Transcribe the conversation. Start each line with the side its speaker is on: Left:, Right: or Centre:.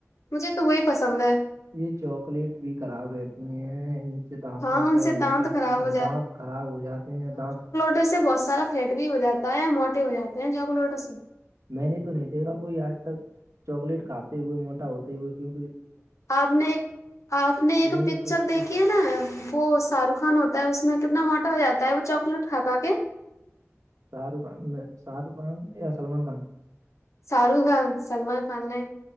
Left: مجھے تو وہی پسند ہے
Right: یے چاکلیٹ بھی خراب رہتی ہیں ان سے دانتوں
Left: ہاں ان
Right: پے
Left: سے
Right: انفیکٹ
Left: دانت خراب
Right: اور
Left: ہو
Right: دانت خراب ہو جاتے ہیں دانت
Left: تو اسے بہت سارا پیٹ فیٹ ہو جاتا ہے موٹے ہو جاتے ہیں چاکلیٹو سے
Right: میں نے تو نہیں دیکھا کوئی آج تک چاکلیٹ کھاتے ہوئے موٹا ہوتے ہوئے کیوکی
Left: آپ نے ایک آپ نے ایک
Right: ہیں
Left: پکچر
Right: کہ کچھ
Left: دیکھی
Right: کچھ
Left: ہے نا وہ شاہ رخ خان ہوتا ہے اس میں کتنا موٹا ہو جاتا ہے وہ چاکلیٹ کھا کھا کے
Right: شاہ رخ خان نہیں شاہ رخ خان یا سلمان خان
Left: شاہ رخ خان سلمان خان نہیں